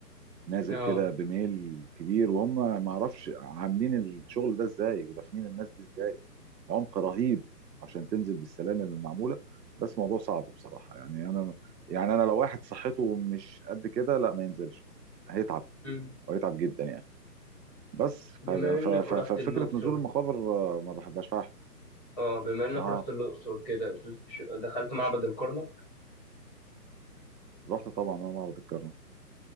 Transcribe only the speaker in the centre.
آه
مم.
بما
إنك رحت
اللوكسور
اه بما انك
رحت الاقصر كده ش- ش- دخلت معبد الكرنك